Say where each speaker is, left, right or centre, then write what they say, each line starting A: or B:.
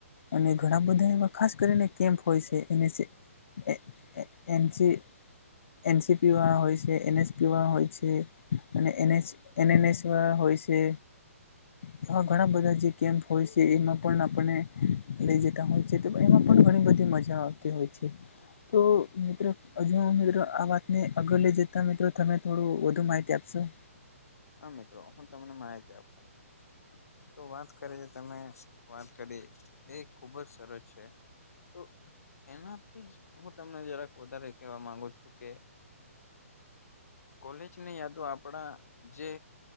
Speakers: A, on the left; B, on the left.
A: અને ઘણા બધા એવા, ખાસ કરીને કેમ્પ હોય છે એને <unintelligible> એ એ એમ સી એન સી પીવા હોય છે, એને સ પીવા હોય છે અને એ નેસ એને ને સમાં હોય છે. <unintelligible> ઘણા બધા જે કેમ્પ હોય છે, એમાં પણ આપણને લઈ જતા હોય છે. એમાં પણ ઘણી બધી મજા આવતી હોય છે, તો મિત્ર <unintelligible> તો આ વાતને આગળ લઈ જતા મિત્રો, તમે થોડું વધુ માહિતી આપશો?
B: હા મિત્રો, હું તમને માહિતી આપું. તો વાત કરે જે તમે વાત કરી, એ ખુબજ સરસ છે. તો એનાથી જ હું તમને જરાક વધારે કેહેવા માંગુ છું કે કોલેજની યાદો આપડા જે